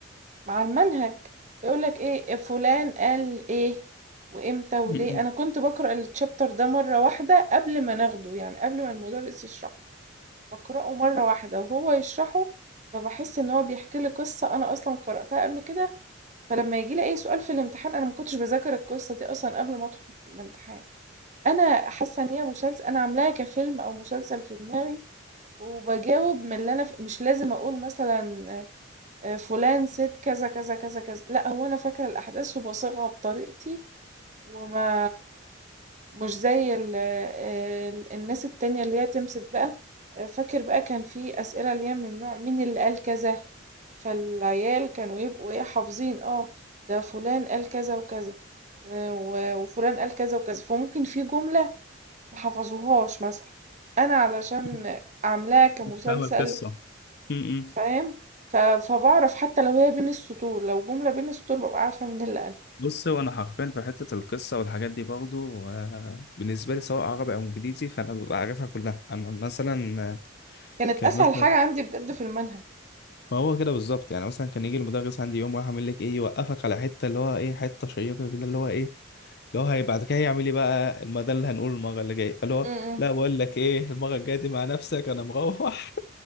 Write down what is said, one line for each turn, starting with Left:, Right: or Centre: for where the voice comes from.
Right: مع المنهج، يقول لك إيه "إيه فلان قال إيه وإمتى وليه،
Left: م-
Right: أنا كنت باقرأ الchapter ده مرّة واحدة قبل ما ناخده، يعني قبل ما المدرس يشرحه. باقرأه مرّة واحدة وهو يشرحه، فباحس إن هو بيحكي لي قصة أنا أصلًا قرأتها قبل كده، فلمّا ييجي لي أي سؤال في الامتحان أنا ما كنتش باذاكر القصة دي أصلًا قبل ما أدخل الامتحان، أنا حاسة إن هي مسلس أنا عاملاها كفيلم أو مسلسل في دماغي، وباجاوب من اللي أنا ف مش لازم أقول مثلًا آآ فلان سِت كذا، كذا، كذا، كذا، لأ هو أنا فاكرة الأحداث وباصيغها بطريقتي وما مش زي ال آآ ال الناس التانية اللي هي تمسك بقى آآ فاكر بقى كان في أسئلة اللي هي من النوع مين اللي قال كذا، فالعيال كانوا يبقوا إيه حافظين آه، ده فلان قال كذا وكذا آآ و وفلان قال كذا وكذا، فممكن في جملة ما حفظوهاش مثلًا، أنا علشان
Left: م-
Right: عاملاها كمسلسل
Left: مش فاهم القصة م- م.
Right: فاهم، ف فباعرف حتى لو هي بين السطور، لو جملة بين السطور بابقى عارفة مين اللي قالها،
Left: بص هو انا حرفيا في حتة القصة والحاجات دي برضو آه، بالنسبة لي سواء عربي او انجليزي فانا ببقى عارفها كلها انا مثلا آه،
Right: كانت
Left: كان
Right: أسهل
Left: مثلا
Right: حاجة عندي بجد في المنهج،
Left: ما هو كده بالظبط يعني مثلا كان يجي المدرس عندي يوم واحد عامل لك ايه يوقفك على حته اللي هو ايه حته شيقه كده اللي هو ايه اللي هو هي بعد كده هيعمل ايه بقى الم- ده اللي هنقوله المره اللي جايه فاللي هو
Right: إمم، إمم،
Left: لا بقول لك ايه المره الجايه دي مع نفسك انا مروح